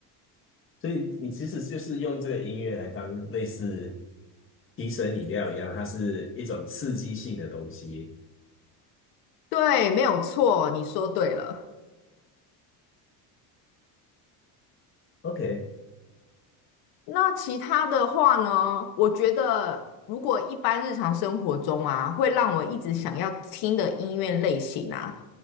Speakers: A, on the left (about 30°); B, on the left (about 60°).
A: 所以你其实就是用这个音乐来当类似提神饮料一样，它是一种刺激性的东西。
B: 对，没有错，你说对了。
A: OK，
B: 那其他的话呢？我觉得，如果一般日常生活中啊，会让我一直想要听的音乐类型啊，